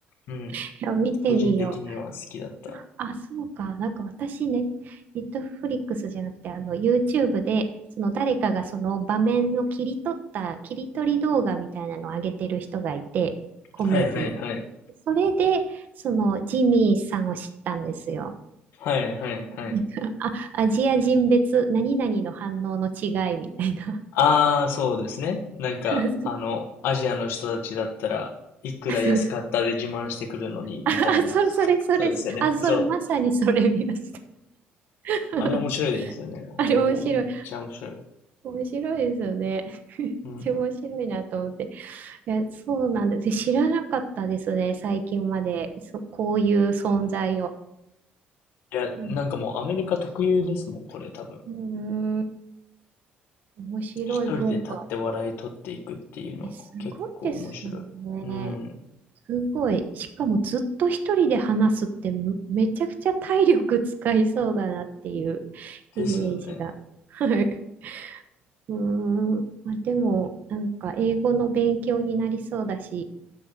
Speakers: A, on the left (about 75°); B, on the right (about 50°).
A: うん。
B: <laughs> いや見てみよう。
A: 個人的には好きだった。
B: あ、そうか。なんか私ね、ネットフリックスじゃなくて、あの、YouTube で、その誰かがその場面の切り取った、切り取り動画みたいなのを上げてる人がいて、コメディ。
A: はいはいはい。
B: それで、その、ジミーさんを知ったんですよ。
A: はいはいはい。
B: <laughs> あ、アジア人別、何々の反応の違いみたいな。
A: ああ、そうですね。なんか、
B: <laughs>
A: あの、アジアの人たちだったらいくら安かったで自慢してくるのに、
B: あ、そうそう。あ、
A: みたいな。
B: あそれ、それ、それ、
A: そうですよね。
B: あ、それ、
A: そう。
B: まさにそれ見ました。<laughs>
A: あれ面白いですよね。
B: あれ面白い。
A: あれもめっちゃ面白い。
B: 面白いですよね。<laughs>
A: うん。
B: 超面白いなと思って。いや、そうなんです。知らなかったですね、最近まで。そ、こういう存在を。
A: いや、
B: うん、
A: なんかもうアメリカ特有ですもん、これ多分。
B: うーん、面白い文化。
A: 一人で立って笑い取っていくっていうのも結構面白い。
B: え、すごいですよ
A: うん。
B: ね。すごい。しかもずっと一人で話すってめめちゃくちゃ体力使いそうだなっていう
A: ですよね。
B: イメージが。はい。うーん。まあ、でも、なんか英語の勉強になりそうだし、